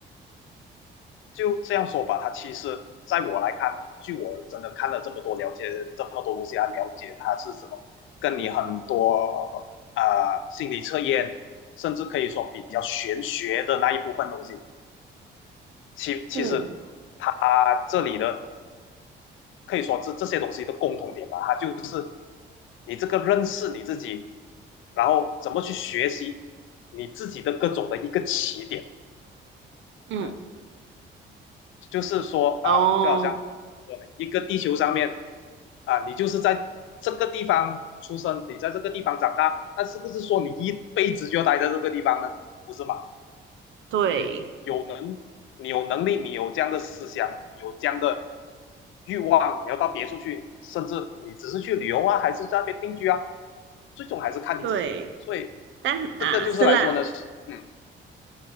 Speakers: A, on the left; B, on the right.
A: 就这样说吧，他其实在我来看，据我真的看了这么多，了解这么多东西，他了解他是什么，跟你很多啊、呃心理测验，甚至可以说比较玄学的那一部分东西，其其实
B: 嗯
A: 他这里的可以说这这些东西的共同点吧，他就是你这个认识你自己，然后怎么去学习你自己的各种的一个起点，
B: 嗯，
A: 嗯。就是说啊，
B: 哦，
A: 就好像怎么说呢？一个地球上面啊，你就是在这个地方出生，你在这个地方长大，那是不是说你一辈子就要待在这个地方呢？不是嘛？
B: 对
A: 你有能，你有能力，你有这样的思想，你有这样的欲望，你要到别处去，甚至你只是去旅游啊，还是在那边定居啊，最终还是看你自己。
B: 对，
A: 所以
B: 但啊是啦，
A: 这个就是来说呢，嗯，